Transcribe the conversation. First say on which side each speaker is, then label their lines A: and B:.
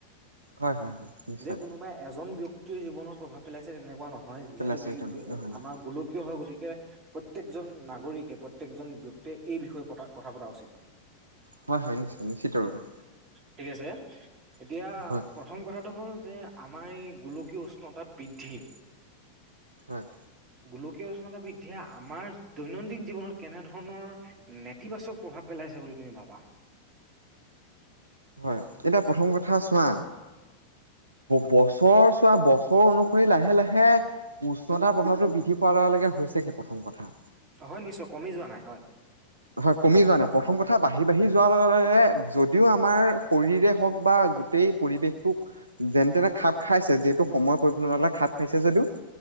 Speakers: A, on the right; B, on the right.
A: হয় হয় হয় নিশ্চয়।
B: যে কোনোবাই এজন ব্যক্তিৰ জীৱনত প্ৰভাৱ পেলাইছে তেনেকুৱা নহয়। হয় যিহেতু
A: পেলাইছে সেইটো নহয় নহয় নহয়
B: আমাৰ গোলকীয় হয় গতিকে প্ৰত্যেকজন নাগৰিকে প্ৰত্যেকজন। তে এই বিষয়ে পতা কথা পতা উচিত।
A: হয় হয় নিশ্চয় নিশ্চিত। ৰূপে
B: ঠিক আছে এতিয়া
A: হয়
B: প্ৰথম কথাটো হ'ল যে। আমাৰ এই গোলকীয় উষ্ণতা বৃদ্ধি
A: হয়।
B: গোলকীয় উষ্ণতা বৃদ্ধিয় আমাৰ দৈনন্দিন জীৱনত কেনেধৰণৰ নেতিবাচক প্ৰভাৱ পেলাইছে বুলি তুমি ভাবা।
A: হয় এতিয়া প্ৰথম কথা চোৱা বছৰ চোৱা বছৰ অনুসৰি লাহে লাহে উষ্ণতাৰ প্ৰভাৱটো বৃদ্ধি পা। <unintelligible> ৱাৰ লগে লগে হৈছে কি প্ৰথম কথা
B: হয় নিশ্চয় কমি যোৱা নাই হয়।
A: হয় কমি যোৱা নাই প্ৰথম কথা বাঢ়ি বাঢ়ি যোৱাৰ লগে লগে যদিও আমাৰ শৰীৰে হওঁক বা। গোটেই পৰিৱেশটোক যেনে তেনে খাপ খাইছে যিহেতু সময় পৰিবৰ্তন হ'লে খাপ খাইছে যদিও।